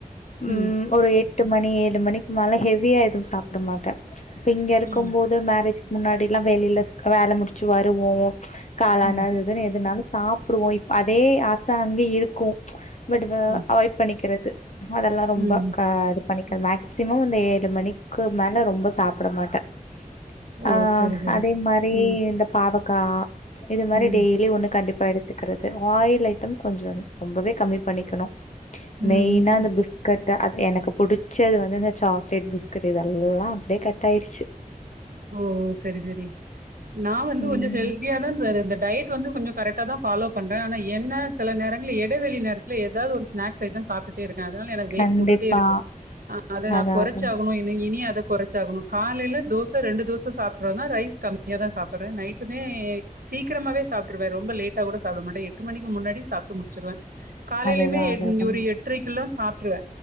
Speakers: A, on the left; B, on the right.
A: உம்
B: ம்,
A: ஒரு எட் எட்டு மணி ஏழு மணிக்கு மேல ஹெவிய எதுவு சாப்பிட் மாட்ட இப்ப இங்க இருக்கும்
B: ம்,
A: போது மேரேஜ் முன்னாடி எல்லாம் வெளியில வேல முடிச்சு வருவோம் காளான்
B: ம்,
A: அது இதுன்னு எதுனாலு சாப்டுவோ இப்ப அதே ஆச அங்க இருக்கு பட்டு வு
B: ம்,
A: அவாய்ட் பண்ணிக்கிற <unintelligible> அதெல்லா ரொம்ப
B: ம்,
A: கா இது பண்ணிக்க
B: ம்.
A: மேக்சிமம் ஏழு மணிக் க்கு மேல ரொம்ப சாப்பிட மாட்டேன்
B: ஓ!
A: ஆஹ்
B: சரி, சரி.
A: அதே மாரி
B: ம்,
A: இந்த பாவ க்கா இது மாரி
B: ம்,
A: டெயிலி ஒன்னு கண்டிப் இப்ப எடுத்துக்கிறது ஆயில் ஐட்டம் கொஞ்சோ ரொம்பவே கம்மி பண்ணிக்கணும்.
B: ம்.
A: மெயினா அந்த பிஸ்கட் து அது எனக்கு புடிச்சது வந்து அந்த சாக்லேட் பிஸ் கீறியதுதெல்லா அப்படியே கட் ஆயிடுச்சு
B: ஓ செரி செரி நான் வந்து
A: ம்
B: கொஞ்சோ ஹெல்த்தியா தான் சார் இருந்தே டயட் வந்து கொஞ்சோ கரெக்ட்டா தான் ஃபாலோ பண்ரேன் ஆனா என்ன சில நேரங்களில இடைவெளி நேரத்தில ஏதாவது ஒரு ஸ்னாக்ஸ் ஐடம் சாப்பிட்டே இருக்கு அதனால எனக்கு வெயிட்
A: கண்டிப்பா
B: போட்டுட்டே இருக்கு அதநான்
A: அதா
B: கொறைச்சாகணும்
A: அதா
B: இம் இனியும் அத குறைச்சாகணும் காலையில தோஸ் ச ரெண்டு தோச சாப்டுவேங்க ரைஸ் கம்மியா தா சாப்பறே நைட்டுமே சீக்கிரமாவே சாப்ட்ருடுவே ரொம்ப லேட்டா கூட சாப்பிட மாட்டே எட்டு மணிக்கு முன்னாடியே சாப்ட்டு முடிச்சுடுவே காலையிலயுமே
A: அதுதா அதுதா
B: ஒரு எட்ரைக்குலா சாப் ட்ருவே